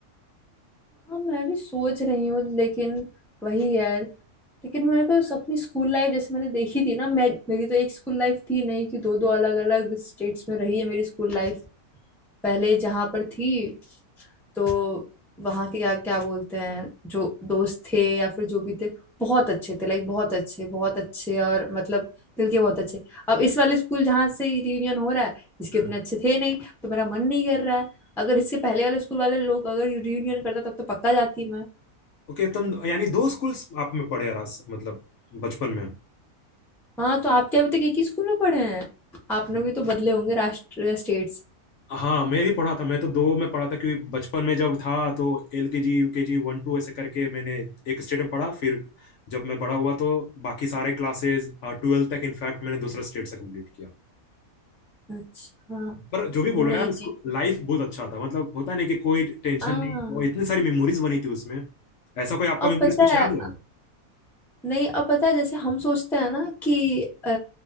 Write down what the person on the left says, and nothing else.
हाँ।
ओके तुम यानी दो स्कूल्स आप में पढ़े रस मतलब बचपन
में
हाँ मैं भी पढ़ा था मैं तो दो में पढ़ा था क्योंकि बचपन में जब था तो L K G U K G one two ऐसे करके मैंने एक स्टेट में पढ़ा फिर जब मैं बड़ा हुआ तो बाकी सारे क्लासेस ट्वेल्थ तक इनफैक्ट मैंने दूसरा स्टेट से कंप्लीट किया
पर जो भी बोलो
यार उसको
लाइफ बहुत अच्छा था मतलब होता नहीं कि कोई टेंशन
नहीं और इतनी सारी मेमोरीज बनी थी उसमें ऐसा कोई आपका
मेमोरीज
कुछ याद
है